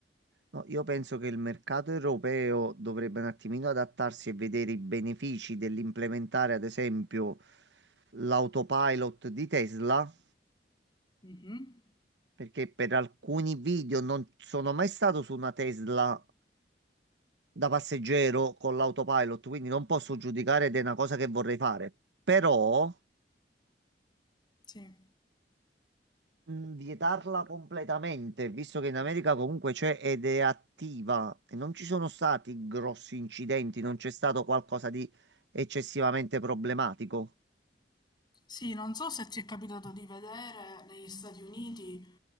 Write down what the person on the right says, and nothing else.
No, io penso che il mercato europeo dovrebbe un attimino adattarsi e vedere i benefici dell'implementare, ad esempio, l'autopilot di Tesla,
perché per alcuni video non sono mai stato su una Tesla da passeggero con l'autopilot, quindi non posso giudicare ed è una cosa che vorrei fare. Però
mh, vietarla completamente, visto che in America comunque c'è ed è attiva e non ci sono stati grossi incidenti, non c'è stato qualcosa di eccessivamente problematico.